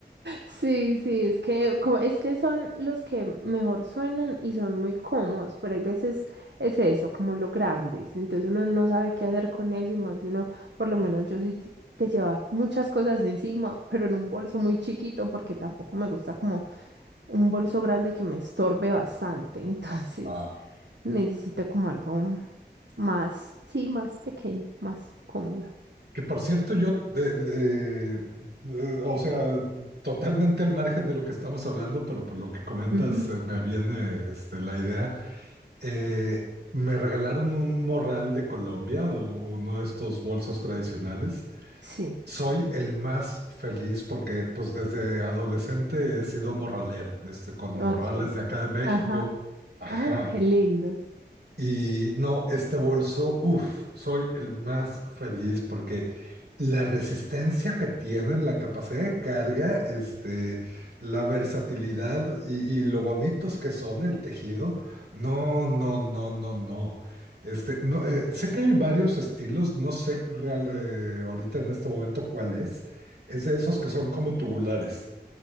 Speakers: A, on the right; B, on the right.
A: Sí, sí, es que, como es que son los que mejor suenan y son muy cómodos, pero hay veces es eso, como los grandes, entonces uno no sabe qué hacer con eso y más si uno, por lo menos yo soy de llevar muchas cosas encima, pero en un bolso muy chiquito porque tampoco me gusta como un bolso grande que me estorbe bastante, <laughs> entonces
B: Ah,
A: necesito como algo más, sí, más pequeño, más cómodo.
B: que por cierto, yo, de- de- de- o sea, totalmente al margen de lo que estamos hablando, pero por lo que comentas,
A: Ujú,
B: eh, me viene este, la idea. eh, me regalaron un morral de Colombia o uno de estos bolsos tradicionales.
A: Sí.
B: Soy el más feliz porque pues desde adolescente he sido morralero, este, con
A: Ok.
B: morrales de acá de México.
A: Ajá.
B: Ajá.
A: Ay, qué lindos.
B: Y no, este bolso, uff, soy el más feliz porque la resistencia que tiene, la capacidad de carga, este, la versatilidad y, y lo bonitos que son el tejido, no, no, no, no, no. Este, no, eh, sé que hay varios estilos, no sé real- eh, ahorita en este momento cuál es. Es de esos que son como tubulares.